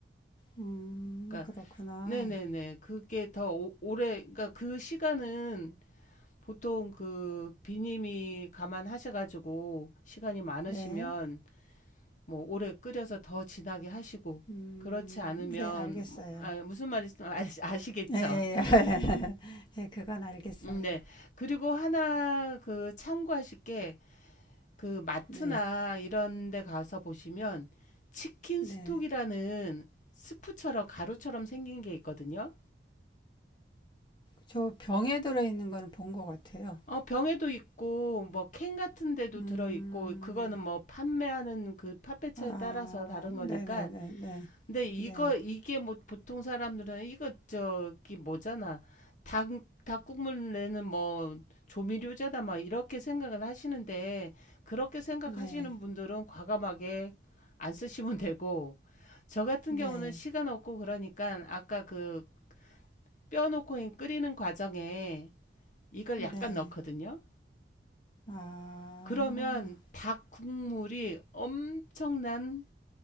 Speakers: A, on the left; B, on the left.
A: 음,
B: 그러니까
A: 그렇구나.
B: 네네네 그게 더 오- 오래 그러니까 그 시간은 보통 그 비님이 감안하셔가지고 시간이 많으시면
A: 네,
B: 뭐 오래 끓여서 더 진하게 하시고
A: 음,
B: 그렇지 않으면
A: 네, 알겠어요.
B: 뭐- 아, 무슨 말인지 아시- 아시겠죠?
A: 예, 예, <laughs> 예, 그건 알겠어요.
B: 음 네. 그리고 하나 그 참고하실 게 그 마트나
A: 네,
B: 이런 데 가서 보시면 치킨
A: 네.
B: 스톡이라는 스프처럼 가루처럼 생긴 게 있거든요.
A: 저 병에 들어있는 거는 본 것 같아요.
B: 어, 병에도 있고 뭐 캔 같은 데도
A: 음,
B: 들어 있고 그거는 뭐 판매하는 그 판매처에
A: 아,
B: 따라서 다른 거니까
A: 네네네네. 네,
B: 근데 이거
A: 네,
B: 이게 뭐 보통 사람들은 이거 저기 뭐잖아. 닭 닭국물 내는 뭐 조미료잖아 막 이렇게 생각을 하시는데 그렇게 생각하시는
A: 네,
B: 분들은 과감하게 안 쓰시면 되고 저 같은
A: 네.
B: 경우는
A: 네,
B: 시간 없고 그러니까 아까 그 뼈 넣고 끓이는 과정에 이걸
A: 네,
B: 약간
A: 네.
B: 넣거든요.
A: 아,
B: 그러면 닭 국물이 엄청난